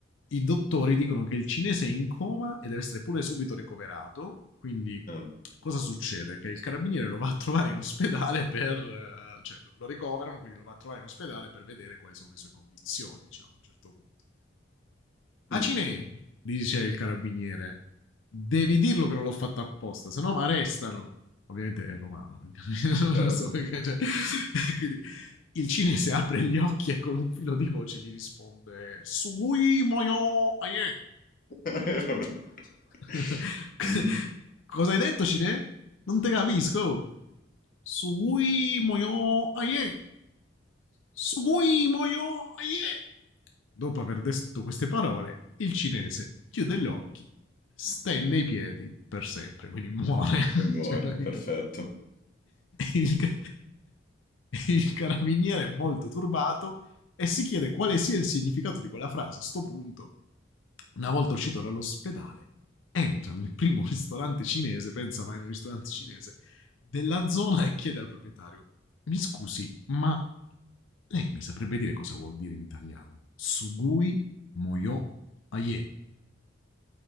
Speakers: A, on the left; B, on the left.
A: I dottori dicono che il cinese è in coma e deve essere pure subito ricoverato, quindi
B: eh,
A: cosa succede? Che il carabiniere lo va a trovare in ospedale per... eh, cioè lo ricoverano, quindi lo va a trovare in ospedale per vedere quali sono le sue condizioni, diciamo, a un certo punto. Acine,
B: mm,
A: dice il carabiniere, devi dirlo che non l'ho fatto apposta, se no mi arrestano. Ovviamente è romano, <laughs> non
B: eh.
A: so perché... Cioè, <laughs> quindi il cinese apre gli occhi e con un filo di voce gli risponde Sugui moyo aie.
B: <laughs>
A: <laughs>
B: Mhm,
A: Cosa hai detto, Cine? Non te capisco. Sugui moyo aie. Sugui moyo aie. Dopo aver detto queste parole, il cinese chiude gli occhi, stende i piedi per sempre, quindi muore. <laughs>
B: E muore,
A: Cioè, praticamente.
B: perfetto.
A: il, ca- il carabiniere è molto turbato e si chiede quale sia il significato di quella frase. A sto punto, una volta uscito dall'ospedale, entra nel primo ristorante cinese, pensa vai in un ristorante cinese della zona e chiede al proprietario mi scusi, ma lei mi saprebbe dire cosa vuol dire in italiano? Sugui moyo aie.